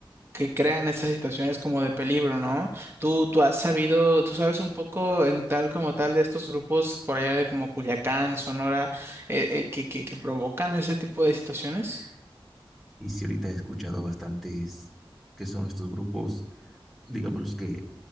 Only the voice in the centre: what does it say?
Y sí ahorita he escuchado bastantes que son estos grupos, digamos los que